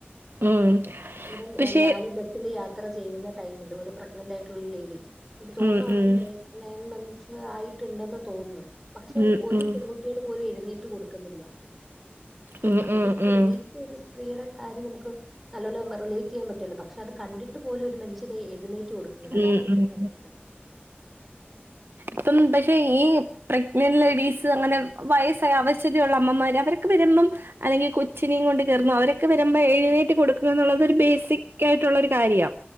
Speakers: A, on the right (about 65°); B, in the centre.
A: ഉം
B: ഈവൻ
A: പക്ഷെ
B: എ ഞാന് ബെ സ്സില് യാത്ര ചെയ്യുന്ന ടൈമില്, ഒരു പ്രഗ്നന്റ് ആയിട്ടുള്ള ലേഡി, എനിക്ക് തോന്നുന്നു
A: ഉം
B: അവർക്ക്
A: ഉം
B: നെ നയൻ മന്ത്സ് ആയിട്ടുണ്ടെന്ന് തോന്നുന്നു പക്ഷെ
A: ഉം
B: ഒരു
A: ഉം
B: പെൺകുട്ടി കുട്ടികൾ പോലും എഴുന്നേറ്റ് കൊടുക്കുന്നില്ല
A: ഉം ഉം
B: ഒരു സ്ത്രീക്ക്
A: ഉം
B: ഒരു സ്ത്രീയുടെ കാര്യം നമുക്ക് നല്ലോല റിലേറ്റ് ചെയ്യാൻ പറ്റുല്ലൊ പക്ഷെ അത് കണ്ടിട്ട് പോലും ഒരു മനുഷ്യര് എഴുന്നേറ്റ് കൊടു ഇവിടെ അതാണ്
A: ഉം
B: ഇപ്പോഴത്തെ
A: ഉം
B: അവസ്ഥ
A: ഇപ്പം പക്ഷെ ഈ പ്രഗ്നന്റ് ലേഡീസ് അങ്ങനെ വയസ്സായ അവശതയുള്ള അമ്മമാര് അവരൊക്കെ വരുമ്പം അല്ലെങ്കി കൊച്ചിനേം കൊണ്ട് കേറുന്ന അവരൊക്കെ വരുമ്പോ എഴുന്നേറ്റ് കൊടുക്കുക എന്നുള്ളത് ഒരു ബേസിക് ആയിട്ടുള്ള ഒരു കാര്യാ